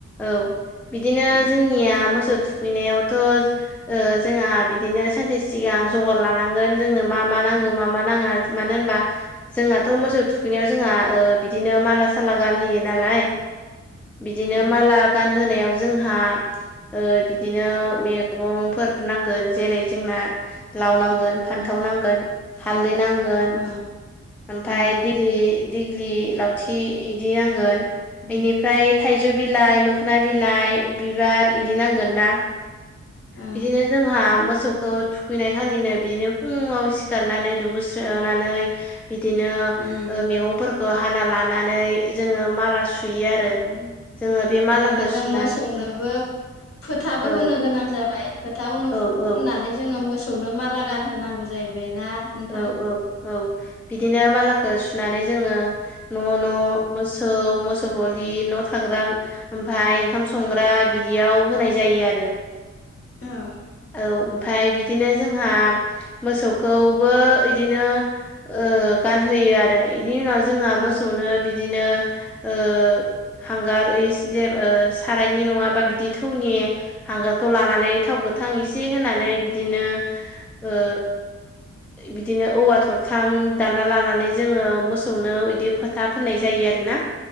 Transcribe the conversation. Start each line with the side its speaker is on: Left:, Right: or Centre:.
Centre: औ बिदिनो
Left: दे
Centre: जोंनिया मोसौ थु थुखैनायावथ'ओ जोंहा बिदिनो सानसे सिगां जगार लानांगोन। जोंनो मा मा नांगौ
Left: ओ
Centre: मा मा नाङा मानो होनबा जोंहाथ' मोसौ थुखैनायाव जोंहा ओ बिदिनो माला साला गानहोयो नालाय। बिदिनो
Left: ओ
Centre: माला गानहोनायाव जोंहा ओ बिदिनो मैगंफोर नांगोन जेरै जोंना लाव नांगोन
Left: उम उम
Centre: फान्थाव
Left: उम
Centre: नांगोन हालदै
Left: ओ
Centre: नांगोन।
Left: ओ
Centre: ओमफ्राय
Left: ओ
Centre: दिललि दिग्लि लावथि इदि नांगोन।
Left: उम
Centre: बेनिफ्राय थाइजौ बिलाइ मोखोना बिलाइ बिबार इदि नांगोन
Left: उम
Centre: ना।
Left: उम
Centre: बिदिनो जोंहा मोसौखौ थुखैनाय खालिनो बिदिनो फुंङाव सिखारनानै दुगैस्रोनानै बिदिनो
Left: उम
Centre: ओ मैगंफोरखौ हाना लानानै जोङो माला सु सुयो
Left: उम
Centre: आरो जोङो बे मालाखौ
Left: जेनेबा जों
Centre: सुनानै
Left: मोसौनोबो फोथाबो
Centre: औ
Left: होनो गोनां जाबाय फोथा उनाव
Centre: औ
Left: फु- फुननानै
Centre: औ
Left: जोङो मोसौनो माला गानहोनांगौ जाहैबाय ना, नोंथां?
Centre: औ औ औ बिदिनो
Left: औ
Centre: मालाखौ सुनानै जोङो न' न' मोसौ मोसौ गलि न' थाग्रा ओमफ्राय ओंखाम संग्रा बिदियाव होनाय जायो आरो।
Left: औ।
Centre: औ ओमफ्राय बिदिनो जोंहा मोसौखौ बो इदिनो ओ गानहोयो आरो बेनि उनाव जोंहा
Left: औ
Centre: मोसौनो बिदिनो ओ हांगार इस ओ जे सारायनि नङाबा बिदि थौनि हांगारखौ लानानै थाव गोथां एसे होनानै बिदिनो ओ बिदिनो औवा थरथाम दानना लानानै जोङो मोसौनो बिदि फोथा फोननाय जायो आरोना